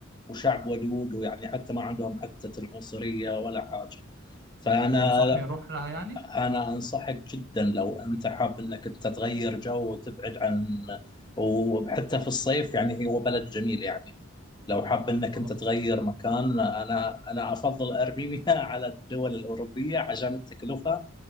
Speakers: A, on the left (about 20°); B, on the right (about 55°).
A: وشعب ودود ويعني حتى ما عندهم حتى العنصرية ولا حاجة فأنا
B: طب تنصحني اروح لها يعني
A: أنا أنصحك جدا لو أنت حاب أنك أنت تغير جو وتبعد عن وحتى في الصيف يعني هو بلد جميل يعني لو حاب أنك
B: خلاص
A: أنت تغير مكان أنا أنا أفضل أرمينيا <laughs> على الدول الأوروبية عشان التكلفة